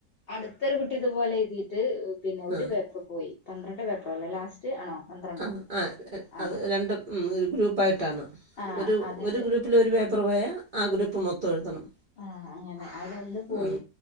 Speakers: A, on the left; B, on the right.
A: അടുത്തൊരു കുട്ടി ഇത്പോലെ എഴുതിട്ട് പിന്നെ ഒരു
B: ആ
A: പേ ന്ന് പോയി പന്ത്രണ്ട് പേപ്പർ അല്ലേ ലാസ്റ്റ്, ആണോ? പന്ത്രണ്ടോ
B: ആഹ് ആഹ്
A: ആഹ്
B: അത് രണ്ട് ഗ്രൂപ്പായിട്ടാണ്
A: ആഹ്
B: ഒരു
A: അതില്
B: ഗ്രൂപ്പ്, പ്പില ഒരു പേപ്പർ പോയാ ആ ഗ്രൂപ്പ് മൊത്തം എഴുതണം,
A: ആഹ്, അങ്ങനെ അതൊന്ന് പോയി,
B: ആ